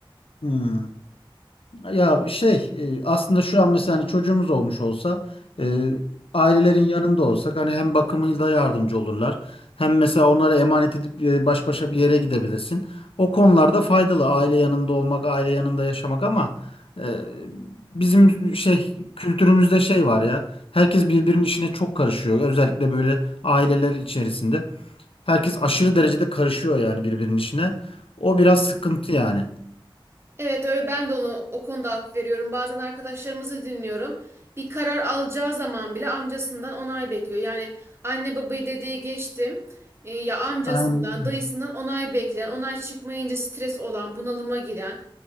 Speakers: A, on the left; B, on the right.
A: Hmm. Ya şey e, aslında şu an mesela hani çocuğumuz olmuş olsa e, ailelerin yanında olsak hani hem bakımıyla yardımcı olurlar. Hem mesela onlara emanet edip e, baş başa bir yere gidebilirsin. O konularda faydalı aile yanında olmak, aile yanında yaşamak ama Ee, Bizim şey kültürümüzde şey var ya. Herkes birbirinin işine çok karışıyor. Özellikle böyle aileler içerisinde. Herkes aşırı derecede karışıyor yani birbirinin işine. O biraz sıkıntı yani.
B: Evet öyle ben de onu o konuda hak veriyorum. Bazen arkadaşlarımızı dinliyorum. Bir karar alacağı zaman bile amcasından onay bekliyor. Yani anne babayı dedeye geçtim. E, ya amcasından,
A: Aynen,
B: dayısından onay bekleyen, onay çıkmayınca stres olan, bunalıma giren.